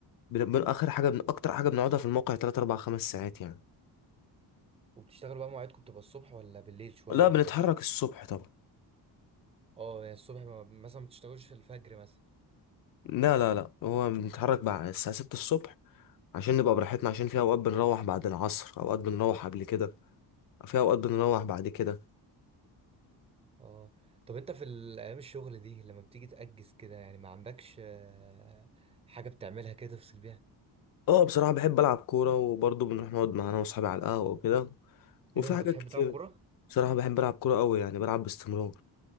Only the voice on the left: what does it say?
بن... بن- آخر حاجة بن... أكتر حاجة بنقعدها في الموقع تلات أربع خمس ساعات يعني
لا
بنتحرك الصبح طبعا
لا لا لا هو بنتحرك بعد الساعة ستة الصبح عشان نبقى براحتنا عشان في اوقات بنروح بعد العصر اوقات بنروح قبل كده في اوقات بنروح بعد كده
اه بصراحة بحب العب كورة وبرضه بنروح نقعد مع انا واصحابي على القهوة وكده وفي
حاجات
كتير
بصراحة بحب العب كورة قوي يعني بلعب باستمرار